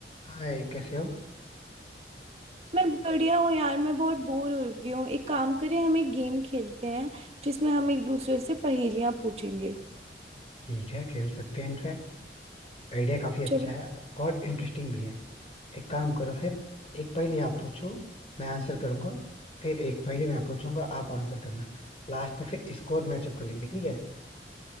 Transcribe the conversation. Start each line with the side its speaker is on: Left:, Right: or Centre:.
Left: हाय कैसे हो
Right: मैं बढ़िया हूँ यार मैं बहुत बोर हो गई हूँ एक काम करें हम एक गेम खेलते हैं जिसमें हम एक दूसरे से पहेलियां पूछेंगे
Left: ठीक है खेल सकते हैं इनफैक्ट आइडिया काफी अच्छा
Right: चलो
Left: है और इंटरेस्टिंग भी है एक काम करो फिर एक पहेली आप पूछो मैं आंसर करूंगा फिर एक पहेली मैं पूछूंगा आप आंसर करना लास्ट में फिर स्कोर मैचअप कर लेंगे ठीक है